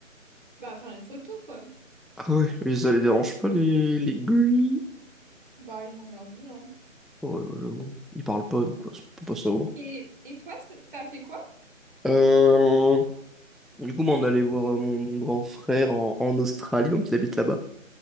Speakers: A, on the right; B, in the centre.
A: Bah, faire une photo, quoi.
B: Ah ouais, mais ça les dérange pas, les, les gris?
A: Bah, ils ont rien dit, hein.
B: Ouais, ouais, ouais, ils parlent pas, donc ouais, on peut pas savoir.
A: Et, et toi, c'est- t'as fait quoi?
B: Euh, Du coup, moi, on allait voir euh, mon, mon grand frère en, en Australie, donc il habite là-bas.